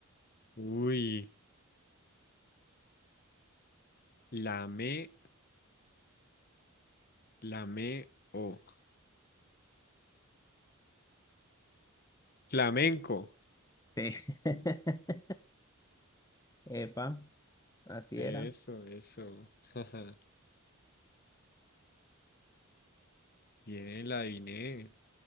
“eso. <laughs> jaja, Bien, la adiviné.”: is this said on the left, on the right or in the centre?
Left